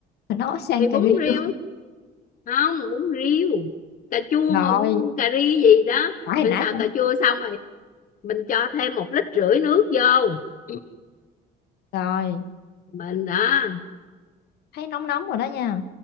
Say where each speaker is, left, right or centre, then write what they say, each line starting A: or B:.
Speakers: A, on the left; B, on the left.
A: bà nấu sang
B: thì
A: cà
B: bún
A: ri
B: riêu
A: luôn
B: không bún riêu cà chua
A: rồi
B: mà bún cà ri gì đó
A: phải hồi
B: mình
A: nãy
B: xào
A: bà
B: cà chua xong rồi mình cho thêm một lít rưỡi nước vô <clears throat>
A: rồi
B: <laughs> mình đó
A: thấy nóng nóng rồi đó nha